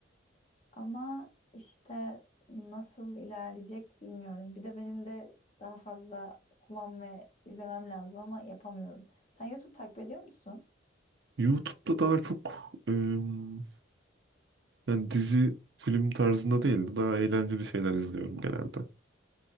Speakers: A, on the left (about 35°); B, on the right (about 65°).
A: Ama işte nasıl ilerleyecek bilmiyorum. Bir de benim de daha fazla okumam ve izlemem lazım ama yapamıyorum. Sen YouTube takip ediyor musun?
B: YouTube'da daha çok em, yani dizi film tarzında değil de daha eğlenceli şeyler izliyorum genelde.